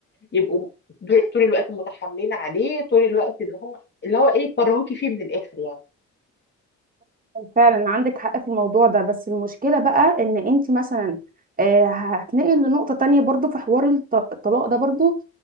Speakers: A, on the left; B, on the right.
A: يبقوا طول الوقت متحاملين عليه طول الوقت ان هم اللي هو ايه يكرهوكي فيه من الاخر يعني
B: فعلا عندك حق في الموضوع ده بس المشكلة بقى ان انت مثلا آه، هتنقل لنقطة تانية برضو في حوار الط- الطلاق ده برضو